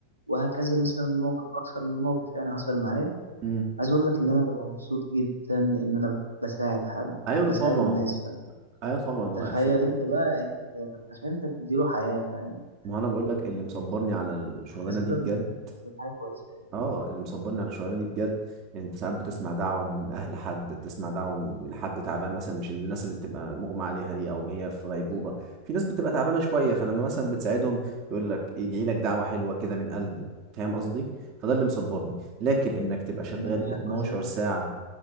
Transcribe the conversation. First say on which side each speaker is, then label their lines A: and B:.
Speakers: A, on the right; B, on the right.
A: وهكذا مثلا موقف اكثر من موقف يعني حصل معايا
B: امم
A: عايز اقول لك ان انا ببقى مبسوط جدا ان انا بساعد حد
B: ايوه
A: بساعد
B: طبعا
A: الناس فاهم
B: ايوه طبعا هو
A: تخيل
B: إحساس
A: انت بقى انت ت- تتخيل انت بتديله حياة فاهم يعني
B: ما هو انا بقول لك اللي مصبرني على الشغلانه
A: ده سبب
B: دي بجد
A: من أسباب حاجة كويسة يعني
B: اه اللي مصبرني على الشغلانه دي بجد يعني انت ساعات بتسمع دعوه من اهل حد بتسمع دعوه من من حد تعبان مثلا مش الناس اللي بتبقى مغمى عليها دي او هي في غيبوبه في ناس بتبقى تعبانه شويه فلما مثلا بتساعدهم يقول لك يدعي لك دعوه حلوه كده من قلبه فاهم قصدي فده اللي مصبرني لكن انك تبقى شغال
A: ده دي حاجة
B: 12
A: كويسة
B: ساعه